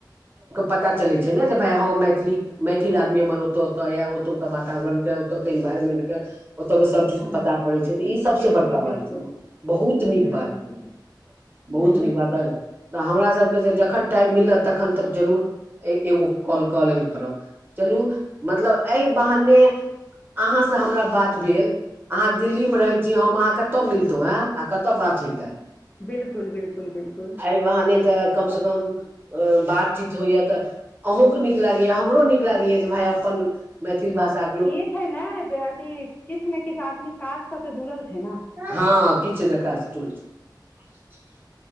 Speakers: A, on the right; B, on the left.
A: पता चलै छै ने जे भाय हँ मैथिली मैथिल आदमी हमर ओतय ओतय य ओतका वातावरण के इन्वायरमेंट के ओतो के सब चीज
B: हुँ
A: के पता पड़े छै त ई सबसे
B: बिल्कुल
A: बड़का
B: बिल्कुल
A: बात छै बहुत नीक
B: हुँ
A: बात
B: हुँ
A: छै
B: हुँ,
A: बहुत
B: छैहे
A: नीक बात
B: की
A: ह त हमरा सबके से जखन टाइम मिलत तखन तक जरूर एगो कॉल का लल करब चलू मतलब एहि बहाने अहाँ से हमरा बात भेल अहाँ दिल्लीमे रहैत छी हम अहाँ कतय मिलतौ एँं आ कतय बात हैते
B: बिल्कुल बिल्कुल बिलकुल
A: बहाने तऽ कम से कम बातचीत होइया तऽ अहूँके नीक लागैया हमरो नीक लागैया जे भाय अपन मैथिल भाषा
B: ई छै ने जे अथि किछ ने किछ आदमी काज से त जुड़ल छै ने
A: हँ किछ नहि <unintelligible> <unintelligible>